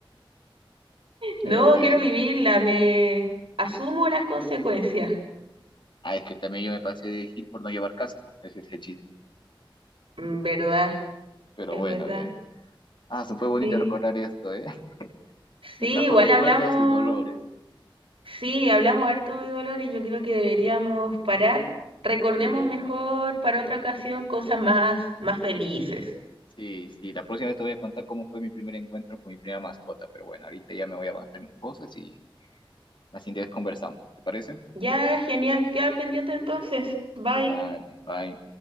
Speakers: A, on the right (about 75°); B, on the left (about 60°).
A: No
B: Pero bueno.
A: quiero vivirla, me asumo las consecuencias.
B: Ah, es que también yo me pasé de gil por no llevar casco. Ese es el chiste.
A: Mm, ¿Verdad?
B: Pero
A: Es
B: bueno,
A: verdad.
B: eh. Ah, se fue bonito
A: Sí.
B: recordar esto, ¿eh? <laughs> Me
A: Sí,
B: trajo
A: igual
B: recuerdos
A: hablamos,
B: y dolores.
A: sí, hablamos harto de dolor y yo creo que deberíamos parar. Recordemos
B: Sí,
A: mejor para otra ocasión cosas más, más felices.
B: sí, sí. La próxima vez te voy a contar cómo fue mi primer encuentro con mi primera mascota. Pero bueno, ahorita ya me voy a avanzar mis cosas y la siguiente vez conversamos. ¿Te parece?
A: Ya, genial. Queda pendiente entonces. Bye.
B: Dale, bye.